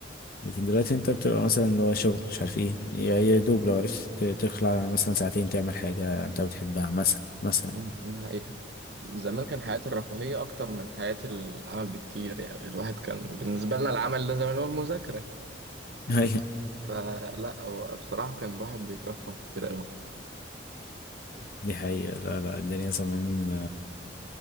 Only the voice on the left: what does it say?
لكن دلوقتي انت بتبقى مثلا اللي هو شغل مش عارف ايه يا يا دوب لو عرفت ت- تخلع مثلا ساعتين تعمل حاجة انت بتحبها مثلا مثلا
<laughs> ايوه
دي حقيقة لا لا الدنيا زمان